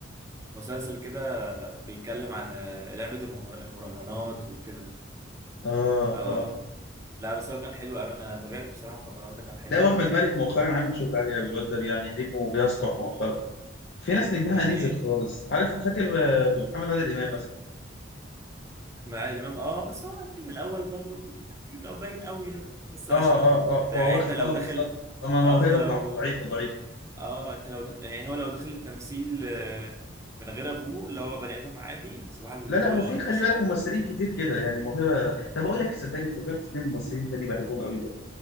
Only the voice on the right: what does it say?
مسلسل كده بيتكلم عن آه، لعبة المهر- المراهنات وكده
اه
لا بس هو كان حلو قوي انا تابعته بصراحة في رمضان ده كان حلو
قوي يعني
امم
دي حقيقة
من عادل امام اه بس هو يعني من الاول برضو يعني لو باين قوي يعني، بس
عشان
ابوك وبتاع
يعني
انت لو
داخل
اه انت لو
اه انت لو داخل يعني هو لو داخل التمثيل آه، من غير ابوه اللي هو بني ادم عادي صباح الفل
مش